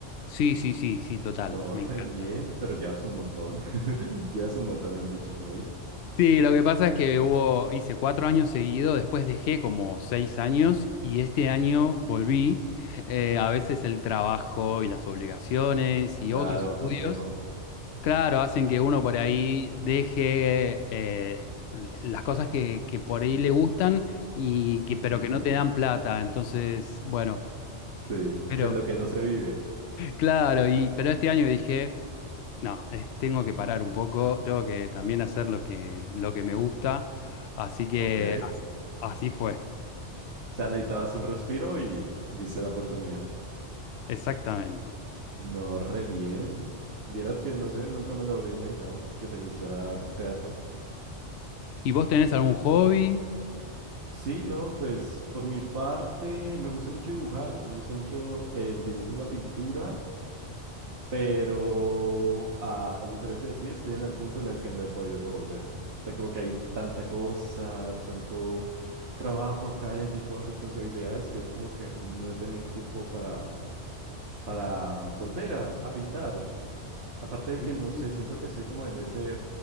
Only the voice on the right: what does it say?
No,
re
bien, pero llevas un montón. <laughs> Llevas un montón en dicho hobby.
Mm.
Claro,
complejo.
Ujú.
<laughs>
Sí,
de lo que no se vive.
Ok. O
sea, necesitabas un respiro y viste la oportunidad.
No, re bien. Vieras que, no sé, nunca me lo habría imaginado que te gustara el teatro.
Sí, no, pues por mi parte me gusta mucho dibujar, me gusta mucho el dibujo y la pintura, pero a, a diferencia de ti estoy en el punto en el que no he podido volver. O sea, como que hay tanta cosa, tanto trabajo académico, responsabilidades, que es como que no he tenido el tiempo para, para volver a, a pintar. Aparte de
que no sé, siento que estoy como en ese,